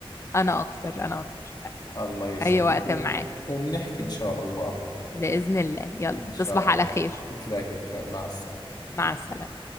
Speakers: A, on the left; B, on the left.
A: انا اكتر انا اكتر
B: الله يسعدك
A: اي وقت
B: و...
A: معاك
B: وبنحكي إن شاء الله
A: بإذن الله يلا
B: إن شاء
A: تصبح على
B: الله
A: خير
B: تلاقي الخير مع السلامة
A: مع السلامة